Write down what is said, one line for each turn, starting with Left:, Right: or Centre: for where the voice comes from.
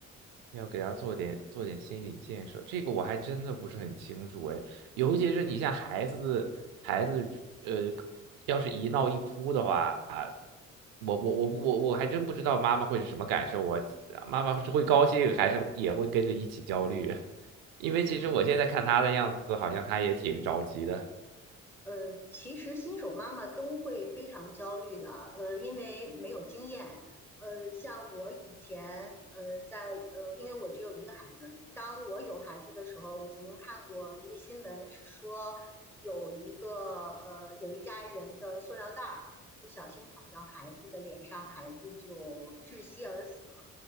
Right: 要给他做点做点心理建设，这个我还真的不是很清楚哎。尤其是你像孩子，孩子呃，要是一闹一哭的话，啊，我我我不我我还真不知道妈妈会是什么感受我妈妈是会高兴，还是也会跟着一起焦虑？<laughs> 因为其实我现在看他的样子，
Centre: 嗯，
Right: 好像他也挺着急的。
Centre: 呃，其实新手妈妈都会非常焦虑的，呃，因为没有经验。呃，像我以前，呃，在呃，因为我只有一个孩子，当我有孩子的时候，我曾经看过一个新闻，是说有一个呃，有一家人的塑料袋儿不小心跑到孩子的脸上，孩子就窒息而死了。